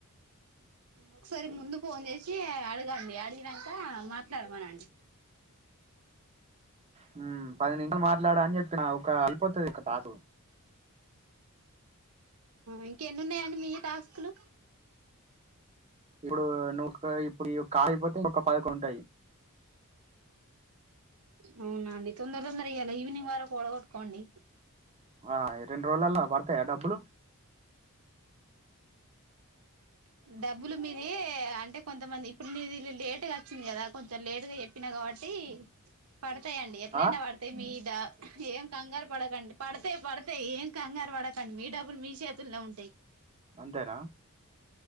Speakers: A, on the right; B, on the right.
A: ఒకసారి ముందు ఫోన్ చేసి అడగండి అడిగినాక మాట్లాడమనండి
B: హు పది నీమిషాలు మాట్లాడ అని చెప్పిన ఒక అయిపోతది పాకు
A: ఇంక ఎన్ని ఉన్నాయండీ మీవి టాస్కులు
B: ఇప్పుడు నువ్ ఇప్పుడు కాగిపోతే ఒక పదక ఉంటాయి
A: వునా అండి తొందర తొందర ఇయాల ఈవినింగ్ వరకు వోడకొట్టుకోండి
B: ఆ ఈ రెండు రోజులలా పడతాయా డబ్బులు
A: డబ్బులు మీది అంటే కొంతమంది ఇప్పుడు మీది లేటుగా వచ్చింది కదా, కొంచెం లేటుగా చెప్పినా కాబట్టి. పడతాయండి ఎట్లయినా
B: ఆ!
A: పడతాయి మీ ఆ ఏం కంగారు పడకండి పడితే పడితే ఏం కంగారు పడకండి మీ డబ్బులు మీ చేతుల్ నే ఉంటయి.
B: అంతేనా?